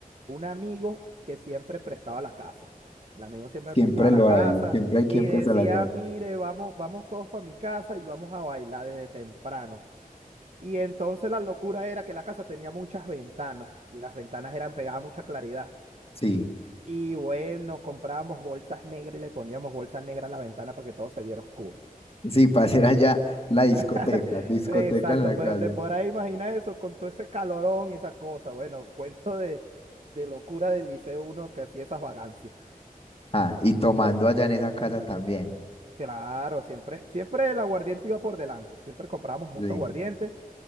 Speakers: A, on the right; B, on the left.
A: un amigo que siempre prestaba la casa. El amigo siempre
B: Siempre
A: prestaba
B: lo
A: la casa
B: hay, siempre hay quien
A: y decía,
B: presta la casa.
A: mire, vamos, vamos todos para mi casa y vamos a bailar desde temprano. Y entonces la locura era que la casa tenía muchas ventanas y las ventanas eran pegadas a mucha claridad.
B: Sí,
A: Y bueno, comprábamos bolsas negras y le poníamos bolsas negras a la ventana para que todo se viera oscuro.
B: sí, para hacer allá la discoteca,
A: <laughs>
B: discoteca
A: Exacto,
B: en la casa.
A: pero te podrás imaginar eso con todo ese calorón y esa cosa. Bueno, cuento de, de locura del liceo uno que hacía esas vagancias.
B: Ah, y tomando allá en esa casa también.
A: Claro, siempre, siempre el aguardiente iba por delante, siempre comprábamos mucho
B: Sí,
A: aguardiente.